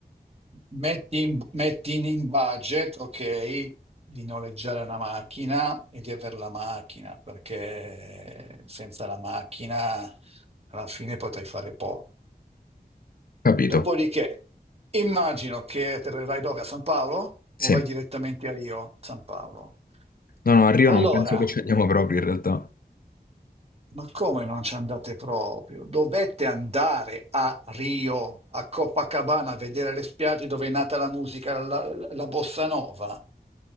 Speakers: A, on the right; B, on the left.
A: Metti in, metti in in budget, ok, di noleggiare una macchina e di avere la macchina, perché senza la macchina alla fine potrai fare poco.
B: Capito.
A: Dopodiché, immagino che atterrerai dove? A San Paolo
B: Sì.
A: o vai
B: No,
A: direttamente a Rio, San Paolo?
B: no, a Rio
A: Allora,
B: non penso che ci andiamo proprio in realtà.
A: Ma come non ci andate proprio? Dovete andare a Rio, a Copacabana, a vedere le spiagge dove è nata la musica, la, la bossa nova,